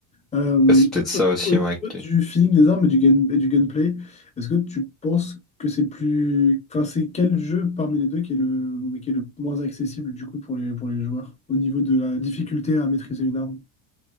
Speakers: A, on the left; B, in the centre.
A: Euh,
B: Ouais, C'est peut-être ça aussi,
A: au au niveau
B: ouais. que-
A: du feeling des armes et du, gun- et du gunplay, est-ce que tu penses que c'est plus... Enfin, c'est quel jeu parmi les deux qui est le, qui est le moins accessible du coup pour les, pour les joueurs au niveau de la difficulté à maîtriser une arme?